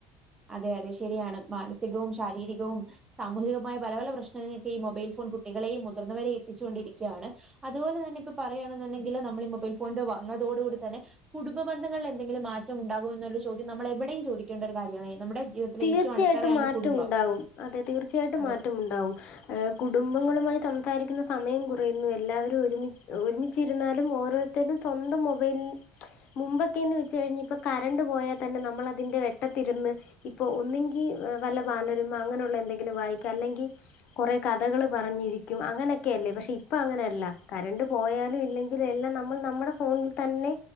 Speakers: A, on the right (about 25°); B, on the left (about 55°).
A: അതെ അതെ ശരിയാണ് മാനസികവും ശാരീരികവും സാമൂഹികമായ പല പല പ്രശ്നങ്ങക്കെ ഈ മൊബൈൽ ഫോൺ കുട്ടികളെയും മുതിർന്നവരെ എത്തിച്ചുകൊണ്ടിരിക്യാണ് അതുപോലെ തന്നെ ഇപ്പപറയയാണെന്നുണ്ടെങ്കില് നമ്മള് ഈ മൊബൈൽ ഫോന്റെ വന്നതോടുകൂടി തന്നെ കുടുംബന്ധങ്ങളിലെന്തെങ്കിലും മാറ്റം ഉണ്ടാകോ എന്നുള്ള ചോദ്യം നമ്മൾ എവിടെയും ചോദിക്കേണ്ട ഒരു കാര്യാണ് ഏ നമ്മുടെ ജീവിതത്തിലെ
B: തീർച്ചയായിട്ടും
A: ഏറ്റവും അടിത്തറയാണ്
B: മാറ്റം
A: കുടുംബം.
B: ഉണ്ടാവും അതെ തീർച്ചയായിട്ടും
A: അതെ
B: മാറ്റമുണ്ടാവും ഏ കുടുംബങ്ങളുമായി സംസാരിക്കുന്ന സമയം കുറയുന്നു എല്ലാവരും ഒരുമി ഒരുമിച്ചിരുന്നാലും ഓരോര് ത്തരും സ്വന്തം മൊബൈൽ മുമ്പൊക്കെന്ന് വെച്ച കഴിഞ് ഇപ്പൊ കരണ്ട് പോയാ തന്നെ നമ്മൾ അതിന്റെ വെട്ടത്തിരുന്ന് ഇപ്പോ ഒന്നെങ്കി വല്ല ബാലരമ അങ്ങനെയുള്ള എന്തെങ്കിലും വായിക്ക അല്ലെങ്കി കൊറേ കഥകള് പറഞ്ഞിരിക്കും അങ്ങനെക്കെയല്ലേ പക്ഷെ ഇപ്പൊ അങ്ങനെയല്ല കരണ്ട് പോയാലും ഇല്ലെ ഇതെല്ലാം നമ്മൾ നമ്മുടെ ഫോണിൽ തന്നെ